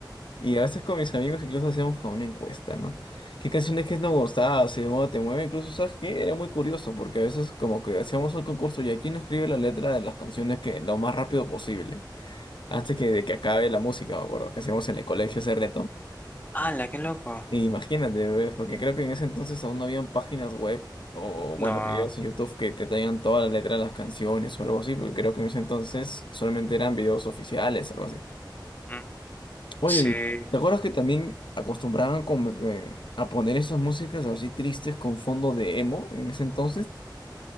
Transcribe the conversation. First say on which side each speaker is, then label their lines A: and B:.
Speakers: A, on the left; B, on the left.
A: Y a veces con mis amigos incluso hacíamos como una encuesta, ¿no? ¿Qué canciones que nos gustaba? O si de modo te mueve, incluso, ¿sabes qué? Era muy curioso, porque a veces como que hacíamos un concurso y aquí no escribe la letra de las canciones que lo más rápido posible, antes que, de que acabe la música, me acuerdo, que hacíamos en el colegio ese reto.
B: ¡Hala, qué loco!
A: Imagínate, ¿ves? Porque creo que en ese entonces aún no habían páginas web o, bueno,
B: No,
A: videos en YouTube que te traigan toda la letra de las canciones o algo así, porque creo que en ese entonces solamente eran videos oficiales, algo así.
B: mm,
A: Oye,
B: sí.
A: ¿y ¿te acuerdas que también acostumbraban como que a poner esas músicas así tristes con fondo de emo en ese entonces?